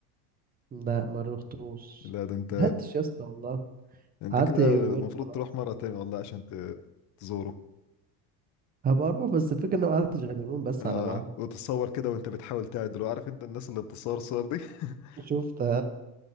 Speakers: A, on the right (about 20°); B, on the left (about 40°).
A: لا ما روحتوش
B: لا ده انت
A: ما لحقتش يا اسطى والله
B: انت
A: قعدت
B: كده
A: يومين
B: المفروض
A: وخلاص
B: تروح مرة تانية والله عشان ت- تزوره
A: هبقى اروح بس الفكره ان انا ما قعدتش غير يومين بس
B: اه
A: على بعض
B: وتتصور كده وانت بتحاول تعدل عارف انت الناس اللي بتصور الصور دي <laughs>
A: شفت